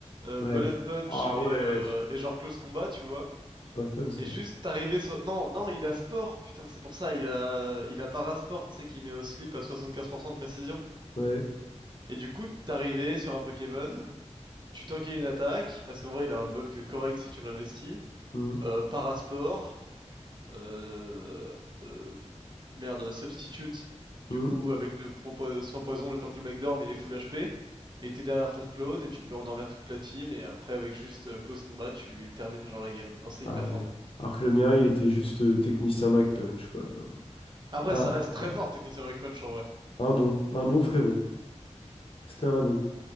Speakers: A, on the right; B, on the left.
A: euh,
B: Ouais.
A: Bullet Punch
B: Ah
A: et,
B: ouais,
A: euh,
B: pff,
A: et genre close combat, tu vois.
B: c'est pas fun, ça.
A: Et juste arrivé sur... Non, non, il a sport, putain, c'est pour ça, il a, il a parasport, tu sais, qui met au slip à 75% de précision.
B: Ouais.
A: Et du coup, t'arrivais sur un Pokémon, tu tankais une attaque, parce qu'en vrai, il a un bulk correct si tu l'investis.
B: Mhm.
A: Euh, parasport, euh, euh, merde, substitute, du
B: Mhm.
A: coup, avec le point poi- soin poison, le temps que le mec dorme, il est full HP. Et t'es derrière ton clone, et tu peux endormir toute la team, et après, avec juste euh, close combat, tu termines genre la game. Non, c'est hyper
B: Ah ouais.
A: fort.
B: Alors que le mien, il était juste euh, technicien MacPunch, quoi. Alors,
A: Après,
B: un,
A: ça reste très
B: un-
A: fort, Technicien Breakpunch, en vrai.
B: un bon, un bon frérot. C'était un bon,